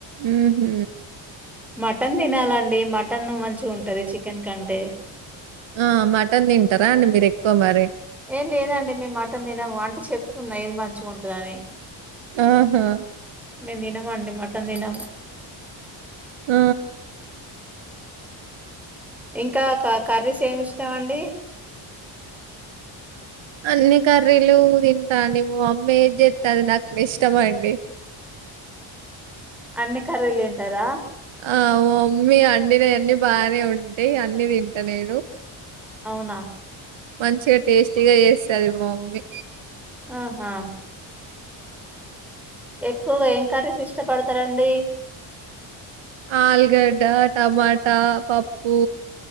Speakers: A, on the right; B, in the centre.
A: ఉహు
B: మటన్ తినాలండి మటన్ మంచిగా ఉంటది చికెన్ కంటే
A: ఆ మటన్ తింటారా అండి మీరు ఎక్కువ మరి
B: ఏ లేదండి మేము మటన్ తినము అంటే చెప్తున్నా ఏది మంచిగా ఉంటదని
A: ఆహా
B: మేము తినమా అండి మటన్ తినము
A: ఆ
B: ఇంకా క కర్రీస్ ఏం ఇష్టామండి
A: అన్ని కర్రీలు తింటా అండి మా మమ్మీ ఏది చెత్తే అది నాకు ఇష్టమండి
B: అన్ని కర్రీలు తింటారా
A: ఆ మా మమ్మీ అండినయన్నీ బానే ఉంటాయి అన్ని తింటా నేను
B: అవునా
A: మంచిగా టేస్టీగా చేస్తది మా మమ్మీ
B: ఆహా ఎక్కువగా ఎంకరీస్ ఇష్టపడుతారండి
A: ఆలుగడ్డ టమాటా పప్పు